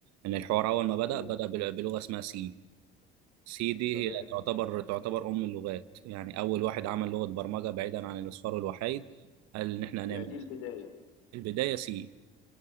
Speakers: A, on the right; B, on the left.
A: إن الحوار أول ما بدأ
B: امم
A: بدأ بل- بلغة اسمها سي سي دي
B: تمام
A: هي تعتبر تعتبر أم اللغات يعني أول واحد عمل لغة برمجة بعيدا عن الأصفار والوحيد قال إن إحنا هنعمل
B: يعني دي البدايه
A: البداية سي